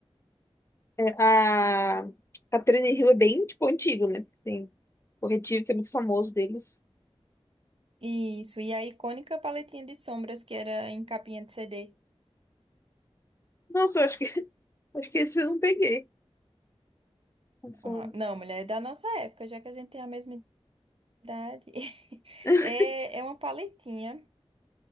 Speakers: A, on the left; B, on the right.
A: É, a, a Trend Hill é bem, tipo, antigo, né? Tem corretivo que é muito famoso deles.
B: Isso, e a icônica paletinha de sombras que era em capinha de CD.
A: Nossa, eu acho que, <laughs> acho que esse eu não peguei. a sombra.
B: Ah, não, mulher, é da nossa época, já que a gente tem a mesma idade. <laughs>
A: <laughs>
B: É, é uma paletinha.